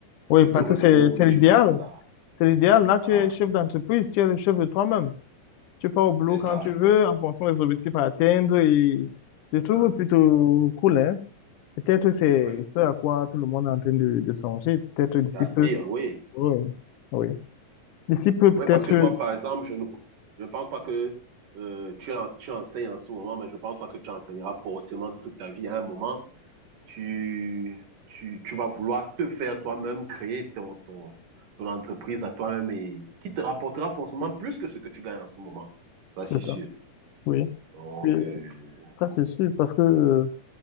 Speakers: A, on the left; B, on the right.
A: Oui,
B: tu
A: parce
B: te retrouves
A: que c'est, c'est
B: et
A: l'idéal.
B: tu commences à,
A: C'est l'idéal. Là,
B: voilà,
A: tu es chef d'entreprise, tu es le chef de toi-même. Tu pars au boulot
B: c'est ça,
A: quand tu veux, en fonction des objectifs à atteindre et je trouve
B: C'est ça,
A: plutôt cool, hein. Peut-être c'est
B: oui.
A: ce à quoi tout le monde est en train de, de songer, peut-être d'ici
B: T'aspires,
A: peu.
B: oui.
A: Oui, oui. D'ici peu, peut-être,
B: Oui, parce que toi, par exemple, je ne, je ne pense pas que euh, tu, en, tu enseignes en ce moment, mais je ne pense pas que tu enseigneras forcément toute ta vie à un moment. tu, tu, tu vas vouloir te faire toi-même, créer ton, ton, ton entreprise à toi-même et qui te rapportera forcément plus que ce que tu gagnes en ce moment. Ça, c'est
A: c'est ça.
B: sûr.
A: Oui.
B: Donc,
A: Oui,
B: euh,
A: ça c'est sûr, parce que euh,